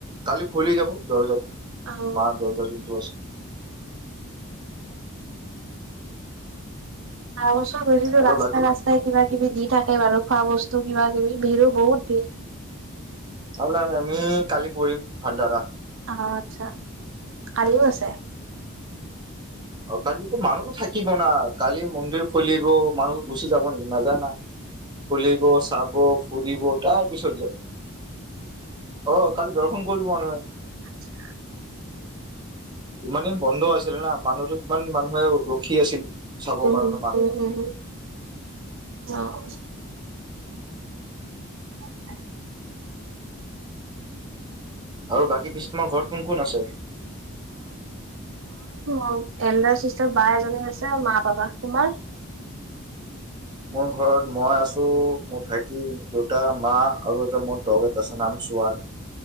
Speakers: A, on the right (about 20°); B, on the right (about 65°).
A: কালি খুলি যাব দৰ্জাটো।
B: আৰু
A: মা দৰ্জা যোনটো আছে।
B: <unintelligible> গৈছিলোঁ
A: আৰু
B: ৰাস্তা
A: বাকী
B: ৰাস্তাই কিবা কিবি দি থাকে বাৰু খোৱা বস্তু কিবা কিবি ভিৰো বহুত ভিৰ।
A: তাৰমানে আমি আমি কালি কৰিম ভাণ্ডাৰা।
B: অ', আচ্ছা কালিও আছে?
A: অ', কালি মানুহতো থাকিব না কালি মন্দিৰ খুলিব মানুহ গুচি যাব নেকি নাযায় না। খুলিব চাব ফুৰিব তাৰ পিছত যায়। অ', কালি দৰ্শন কৰিব মানুহে।
B: আচ্ছা।
A: ইমান দিন বন্ধ আছিলে না মানুহটো কিমান মানুহে ৰখি আছিল। চাবৰ
B: উম,
A: কাৰণে মাক
B: উম, উম, অ', <inaudible>
A: আৰু বাকী পিছ তোমাৰ ঘৰত কোন কোন আছে?
B: অ', এলডাৰ চিষ্টাৰ বা এজনী
A: মোৰ ঘৰত মই আছো, মোৰ ভাইটি, দেউতা, মা আৰু এটা মোৰ দগ এটা আছে নাম চোৱান।